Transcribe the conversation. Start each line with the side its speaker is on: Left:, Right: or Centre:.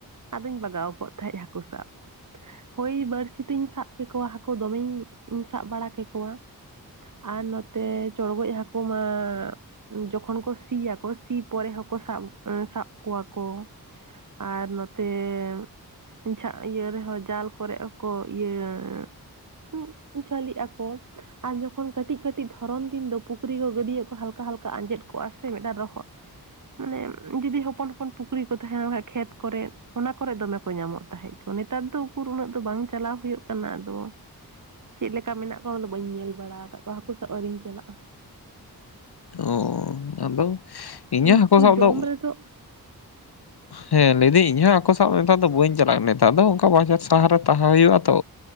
Right: ᱟᱫᱚᱧ ᱵᱟᱜᱟᱣ ᱠᱚᱜ ᱛᱟᱦᱮᱸᱫ ᱦᱟᱠᱩ ᱥᱟᱵ ᱦᱳᱭ ᱵᱟᱹᱲᱥᱤ ᱛᱤᱧ ᱥᱟᱵ ᱠᱮᱠᱚᱣᱟ ᱦᱟᱹᱠᱩ ᱫᱚᱢᱮᱧ ᱥᱟᱵ ᱵᱟᱲᱟ ᱠᱮᱠᱚᱣᱟ ᱟᱨ ᱱᱚᱛᱮ ᱪᱚᱲᱜᱚᱡ ᱦᱟᱠᱩ ᱢᱟ ᱡᱚᱠᱷᱚᱱ ᱠᱚ ᱥᱤᱭᱟᱠᱚ ᱥᱤ ᱯᱚᱨᱮ ᱦᱚᱸᱠᱚ ᱥᱟᱵ ᱥᱟᱵ ᱠᱚᱣᱟ ᱠᱚ ᱟᱨ ᱱᱚᱛᱮᱢᱼᱼ ᱡᱷᱟᱜ ᱤᱭᱟᱹ ᱨᱮ ᱦᱚᱸ ᱡᱟᱞ ᱠᱚᱨᱮᱜ ᱦᱚᱸ ᱠᱚ ᱤᱭᱟᱹ ᱩᱸᱜᱼᱼ ᱩᱸ ᱡᱷᱟᱹᱞᱤᱜ ᱟᱠᱚ ᱟᱨ ᱡᱚᱠᱷᱚᱱ ᱠᱟᱹᱴᱤᱡ ᱠᱟᱹᱴᱤᱡ ᱫᱷᱚᱨᱚᱱ ᱫᱤᱱ ᱫᱚ ᱯᱩᱠᱷᱨᱤ ᱠᱚ ᱜᱟᱹᱰᱭᱟᱹ ᱠᱚ ᱦᱟᱞᱠᱟ ᱦᱟᱞᱠᱟ ᱟᱸᱡᱮᱫ ᱠᱚᱜ-ᱟ ᱼᱼ ᱥᱮ ᱢᱤᱫ ᱴᱟᱜ ᱨᱚᱦᱚᱜ ᱢᱟᱱᱮ ᱡᱩᱫᱤ ᱦᱚᱯᱚᱱ ᱦᱚᱯᱚᱱ ᱯᱩᱠᱷᱨᱤ ᱠᱚ ᱛᱟᱦᱮᱱᱟ ᱠᱷᱟᱡ ᱠᱷᱮᱛ ᱠᱚᱨᱮ᱾ ᱚᱱᱟ ᱠᱚᱨᱮ ᱫᱚᱢᱮ ᱠᱚ ᱧᱟᱢᱚᱜ ᱛᱟᱦᱮᱸᱜ ᱠᱚ ᱱᱮᱛᱟᱨ ᱫᱚ ᱩᱠᱩᱨ ᱩᱱᱟᱹᱜ ᱫᱚ ᱵᱟᱝ ᱪᱟᱞᱟᱣ ᱦᱩᱭᱩᱜ ᱠᱟᱱᱟ ᱟᱫᱚᱼᱼ ᱪᱮᱜ ᱞᱮᱠᱟ ᱢᱮᱱᱟᱜ ᱠᱚᱣᱟ ᱚᱱᱟ ᱫᱚ ᱵᱟᱹᱧ ᱧᱮᱞ ᱵᱟᱲᱟᱣ ᱠᱟᱜ ᱠᱚᱣᱟ ᱦᱟᱹᱠᱩ ᱥᱟᱵ ᱟᱹᱣᱨᱤᱧ ᱪᱟᱞᱟᱜ-ᱟ᱾
Left: ᱚᱻ ᱟᱫᱚ ᱤᱧ
Right: ᱠᱤᱱᱛᱩ
Left: ᱦᱚᱸ ᱦᱟᱠᱚ ᱥᱟᱵ
Right: ᱡᱚᱢ
Left: ᱫᱚᱼᱼ
Right: ᱨᱮᱫᱚ
Left: ᱦᱮᱸ ᱞᱟᱹᱭ ᱫᱟᱹᱧ ᱤᱧ ᱦᱚᱸ ᱦᱟᱠᱚ ᱥᱟᱵ ᱱᱮᱛᱟᱨ ᱫᱚ ᱵᱟᱹᱧ ᱪᱟᱞᱟᱜ ᱠᱟᱱᱟ ᱱᱮᱛᱟᱨ ᱫᱚ ᱚᱱᱠᱟ ᱵᱟᱡᱟᱨ ᱥᱟᱦᱟᱨ ᱨᱮ ᱛᱟᱦᱮᱸ ᱦᱩᱭᱩᱜ-ᱟ ᱛᱚ᱾